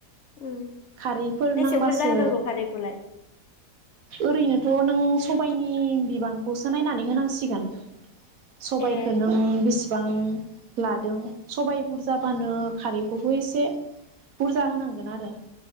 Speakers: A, on the left; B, on the right.
A: उम
B: खारैफोर
A: बेसे
B: नांबासो
A: बुरजा होनांगौ खारैखौलाय।
B: ओरैनोथ नों सबायनि बिबांखौसो नायनानै होनांसिगोन। सबाइखौ
A: ए
B: नों बेसे। गोबां लादों सबाय बुरजाबानो। खारैखौबो एसे बुरजा होनांगोन आरो।